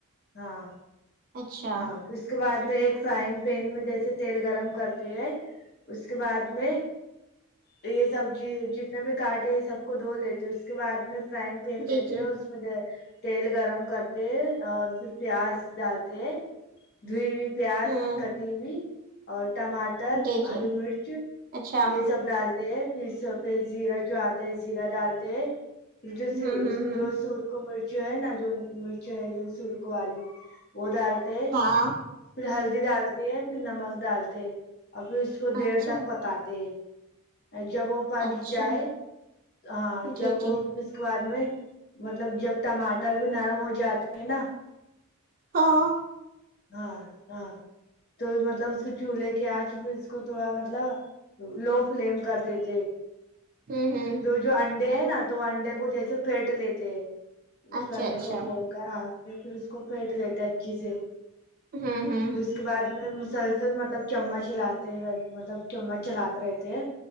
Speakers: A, on the left; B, on the right.
A: ہاں
B: اچھا
A: ہاں پھر اس کے بعد میں ایک فرائنگ پین میں جیسے تیل گرم کرتے ہے اس کے بعد میں یہ سبزی جتنے بھی کاٹے ہیں سب کو دھو لیتے اس کے بعد میں فرائنگ پین
B: جی
A: لیتے
B: جی
A: اس میں تیل گرم کرتے ہیں اور پھر پیاز ڈال تے دھوئ پیاز
B: ہوں
A: کٹی ہوئی اور ٹماٹر ٹر
B: جی جی
A: ہری مرچ
B: اچھا
A: یہ سب ڈالتے پھر سفید زیرہ جو آتا ہے زیرہ ڈالتے جو سر
B: ہوں ہوں ہوں
A: جو سر کو مرچ ہے نا جو مرچ ہے جو سر کو الو وہ ڈالتے
B: ہاں
A: پھر ہلدی ڈالتے پھر نمک ڈالتے اور پھر اس کو دیر
B: اچھا
A: تک پکاتے ا جب وہ پک
B: اچھا
A: جائے ہاں جب
B: جی
A: وه
B: جی
A: پھر اس کے بعد میں مطلب جب ٹماٹر بھی نرم ہو جاتے ہیں نا
B: ہاں
A: ہاں ہاں تو مطلب اس کے چولہے کی آنچ بھی اس کو تھوڑا مطلب لو فلیم کر د یتے
B: ہوں ہوں
A: جو انڈے ہے نا تو وہ انڈے کو جیسے پھیٹ لیتے ہیں اس
B: اچھا
A: کو انڈے
B: اچھا
A: کو پھوڑ کرا تے پھر اس کو پھیٹ لیتے اچھے سے
B: ہوں ہوں
A: وسک اس کے بعد میں مسلسل مطلب چمچ ہلاتے مطلب چمچ چلاتے رہتے